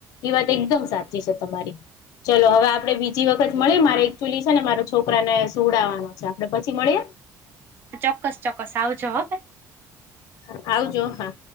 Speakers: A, on the left; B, on the right.
A: એ વાત એકદમ સાચી છે તમારી ચલો હવે આપડે બીજી વખત મળીએ મારે એકચુઅલી છે ને મારો છોકરાને સુવડાવવાનો છે આપડે પછી મળએ
B: ચોક્કસ ચોક્કસ આવજવાબ
A: હા આવજો હા